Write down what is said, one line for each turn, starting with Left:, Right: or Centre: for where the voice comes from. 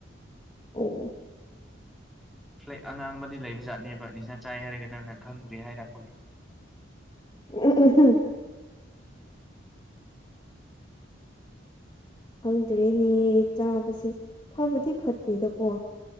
Left: ꯑꯧꯑꯣ
Centre: ꯐ꯭ꯂꯦꯛ ꯑꯉꯥꯡꯕꯗꯤ ꯂꯩꯕ ꯖꯥꯠꯅꯦꯕ ꯅꯤꯁꯥ ꯆꯥꯏ ꯍꯥꯏꯔꯒ ꯅꯪꯅ ꯈꯪꯗ꯭ꯔꯦ ꯍꯥꯏꯔꯛꯄꯒꯤ
Left: ꯎꯝ ꯎꯝ ꯍꯨꯝ ꯈꯪꯗ꯭ꯔꯦꯅꯦ ꯆꯥꯕꯁꯦ ꯐꯕꯗꯤ ꯐꯠꯇꯦꯗꯀꯣ